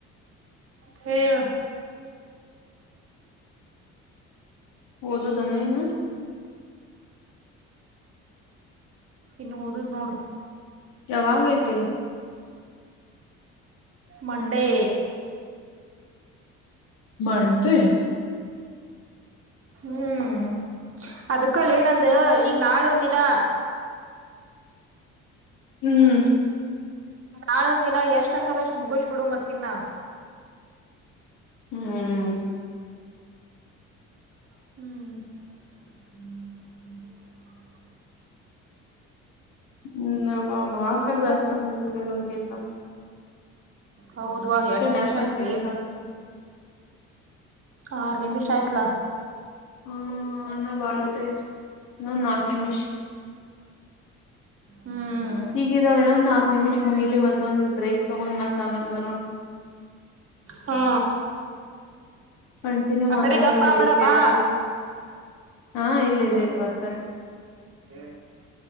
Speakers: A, on the right; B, on the left.
A: ಹೇಳು
B: ಓದೋದು ಏನು ಇನ್ನು
A: ಇನ್ನು ಓದೋದು ನೋಡು
B: ಯಾವಾಗ ಐತೆ
A: ಮಂಡೆ
B: ಮಾಡ್ದ
A: ಹ್ಮ್ ಅದಕ್ಕಲ್ಲ ಏನಂದ ಈಗ್ ನಾಳೆ ಒಂದ ದಿನ
B: ಹ್ಮ್
A: ನಾಳೊಂದ ದಿನ ಎಷ್ಟಕ್ಕದಷ್ಟು ಮುಗಿಸಬಿಡು ಮತ್ತಿನ್ನ
B: ಹ್ಮ್್ಮ
A: ಹ್ಮ್
B: ಹ್ಮ್ ಹ ಬಾಕಡೆ
A: ಮತ್ತ
B: ಬಸರ ಗಗೆಿತ
A: ಹೌದುವ ಎಟ ನಿಮಿಷ
B: ಡ್ಯಾಸರ್
A: ಐತ್ಲಿ
B: ಕೇಳಿದ್ರ
A: ಆರು ನಿಮಿಷ ಆಯ್ತ್ಲ
B: ಹಾ ನ ಬಾಳತೆ ನ ನಾಕನಮಿಷ
A: ಹ್ಮ್
B: ಹೀಗಿದಾವ ಇನ್ನೊಂದ್ ನಾಲ್ಕು ನಿಮಿಷ್ ಮುಗಿಲಿ ಮತ್ತೊಂದು ಬ್ರೇಕ್ ತಗೊಂಡ್ ಮತ್ತ ಆಮೇಲೆ ಬರೋಣ್
A: ಹಾ
B: ಕಂಟಿನ್ಯೂ
A: ಆ
B: ಮಾತಾಡೋಂದ್ರೆ
A: ಕಡೆ ಗಪ್ಪ ಆಗ್ಬೇಡ
B: ಇರಿಡೇಟ್
A: ಬಾ
B: ಆಫ ಹಾ ಇಲ್ಲ ಇಲ್ಲ ಇಲ್ಲಿ ಬರ್ತಾರೆ
A: ಹ್ಮ್